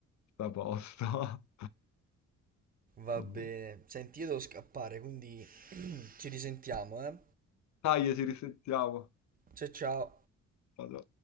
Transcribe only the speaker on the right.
Va
bene. Senti, io devo scappare, quindi <clears throat> ci risentiamo, eh?
Ciao ciao.